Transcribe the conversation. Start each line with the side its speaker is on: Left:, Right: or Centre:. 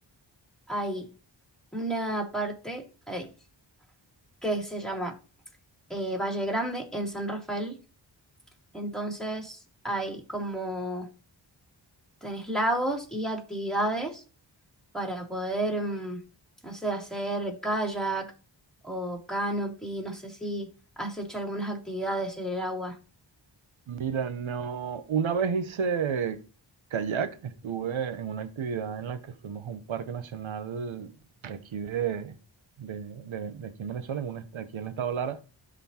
Centre: hay una parte eh, que se llama eh, Valle Grande en San Rafael. Entonces hay como Tenés lagos y actividades para poder, mm, no sé, hacer kayak o canopy, no sé si has hecho algunas actividades en el agua.
Right: Mira, no, una vez hice kayak, estuve en una actividad en la que fuimos a un parque nacional de aquí de, de, de- de aquí en Venezuela, en un est- aquí en el estado Lara,